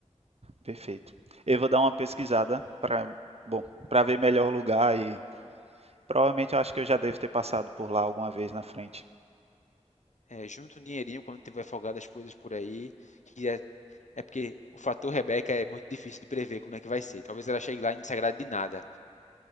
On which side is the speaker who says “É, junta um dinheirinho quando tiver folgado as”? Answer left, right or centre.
Left